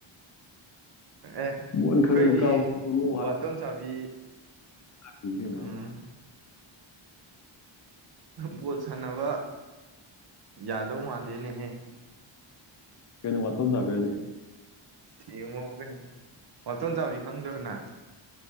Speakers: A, on the right; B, on the left.
A: ꯑꯦ ꯑꯩꯈꯣꯏꯒꯤ
B: ꯃꯣꯏꯅ ꯈꯔꯒ ꯀꯥꯎ ꯈꯣꯠꯅ
A: ꯋꯥꯇꯣꯟ ꯆꯥꯕꯤ
B: ꯍꯥꯏ ꯀꯩꯅꯣ
A: ꯎꯝ ꯕꯣꯜ ꯁꯥꯟꯅꯕ ꯌꯥꯗꯧ ꯃꯥꯟꯗꯦꯅꯦꯍꯦ
B: ꯀꯩꯅꯣ ꯋꯥ ꯇꯗꯕꯦ
A: ꯌꯦꯡꯉꯣꯒ ꯃꯇꯝ ꯆꯥꯕꯤ ꯈꯪꯗ꯭ꯔꯅ